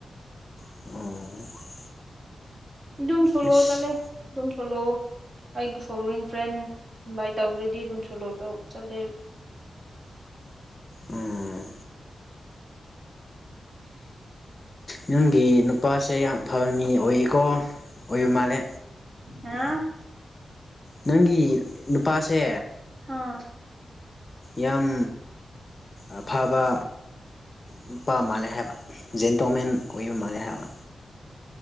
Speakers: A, on the left (about 25°); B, on the right (about 35°).
A: ꯑꯣ
B: ꯑꯗꯨꯝ ꯁꯣꯂꯣ
A: ꯏꯁ
B: ꯆꯠꯂꯦ ꯑꯗꯨꯝ ꯁꯣꯂꯣꯑꯣ ꯑꯩꯒꯤ ꯐꯣꯂꯣꯋꯤꯡ ꯐ꯭ꯔꯦꯟ ꯏꯟꯚꯥꯏꯠ ꯇꯧꯗ꯭ꯔꯗꯤ ꯑꯗꯨꯝ ꯁꯣꯂꯣ ꯇꯧ ꯆꯠꯂꯦ
A: ꯎꯝ ꯅꯡꯒꯤ ꯅꯨꯄꯥꯁꯦ ꯌꯥꯝ ꯐꯍ ꯃꯤ ꯑꯣꯏꯀꯣ ꯑꯣꯏꯕ ꯃꯥꯜꯂꯦ
B: ꯍꯥ
A: ꯅꯪꯒꯤ ꯅꯨꯄꯥꯁꯦ
B: ꯍꯥꯥ
A: ꯌꯥꯝ ꯑꯐꯕ ꯅꯨꯨꯄꯥ ꯃꯥꯜꯂꯦ ꯍꯥꯏꯕ ꯖꯦꯟꯇꯣꯃꯦꯟ ꯍꯨꯌꯨ ꯃꯥꯜꯂꯦ ꯍꯥꯏꯕ